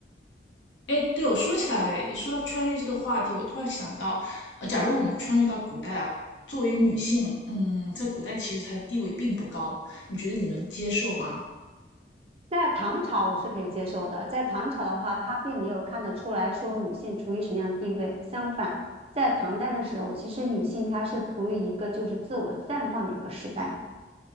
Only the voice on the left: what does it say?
哎，对我说起来，说到穿越这个话题，我突然想到，呃，假如我们穿越到古代啊，作为女性，嗯，在古代其实她的地位并不高，你觉得你能接受吗？